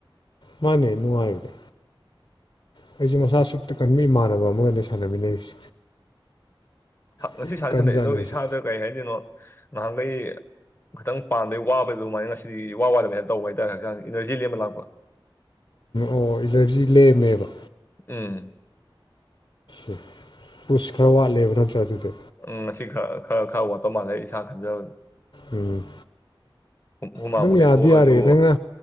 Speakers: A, on the left; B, on the left.
A: ꯃꯥꯅꯦ ꯅꯨꯅꯨꯡ ꯍꯥꯏꯗ ꯑꯩꯁꯨ ꯃꯁꯥ ꯁꯨꯞꯛꯇ ꯀꯟꯕ ꯏꯃꯥꯟꯅꯕ ꯑꯃꯒ ꯂꯩ ꯁꯥꯟꯅꯃꯤꯟꯅꯩꯁꯦ
B: ꯉꯁꯤ
A: ꯊꯤ
B: ꯁꯥꯟꯅ
A: ꯀꯟꯖꯥꯠꯅꯤ
B: ꯁꯥꯟꯅꯛꯏꯗꯣ
A: ꯃꯁꯦ
B: ꯏꯁꯥꯗ ꯀꯔꯤ ꯍꯥꯏꯗꯣꯏꯅꯣ ꯅꯍꯥꯟꯈꯩ ꯈꯤꯇꯪ ꯄꯥꯟꯕꯩ ꯋꯥꯕꯗꯨ ꯑꯗꯨꯃꯥꯏꯅ ꯉꯁꯤꯗꯤ ꯏꯋꯥ ꯋꯥꯗꯕ ꯍꯦꯅ ꯇꯧꯕ ꯍꯥꯏꯇꯥꯔꯦ ꯍꯛꯆꯥꯡ ꯏꯅꯔꯖꯤ ꯂꯦꯝꯃ ꯂꯥꯛꯄ
A: ꯑꯣ ꯢꯅꯔꯖꯤ ꯂꯦꯝꯃꯦꯕ
B: ꯎꯝ
A: ꯑꯣ ꯄꯨꯁ ꯈꯔ ꯋꯥꯠꯂꯦꯕ ꯅꯠꯇ꯭ꯔꯥ ꯑꯗꯨꯗꯤ
B: ꯎꯝ ꯉꯁꯤ ꯈꯔ ꯈꯔ ꯈꯔ ꯋꯥꯠꯕ ꯃꯥꯜꯂꯦ ꯑꯩꯁꯥꯅ ꯈꯟꯖꯕꯗ
A: ꯎꯝ
B: ꯍꯨꯃꯥꯡꯕꯨꯗꯤ
A: ꯑꯗꯨꯝ ꯌꯥꯗꯤ
B: ꯊꯣꯛꯑꯁꯨ
A: ꯌꯥꯔꯦ ꯅꯪꯅ